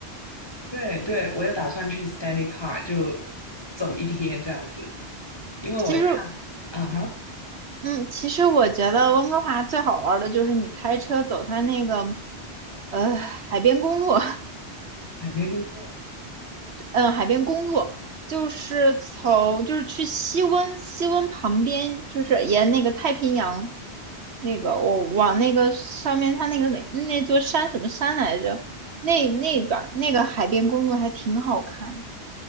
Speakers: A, on the left; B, on the right.
A: 对对，我有打算去 Stanley Park 就走一天这样子，因为我看，
B: 其实
A: 啊哈，
B: 嗯，其实我觉得温哥华最好玩儿的就是你开车走它那个，呃，海边公路，<laughs>
A: 海边工作，
B: 嗯，海边公路，就是从就是去西温，西温旁边就是沿那个太平洋，那个我往那个上面它那个那那座山什么山来着？
A: 嗯，
B: 那那一段那个海边公路还挺好看的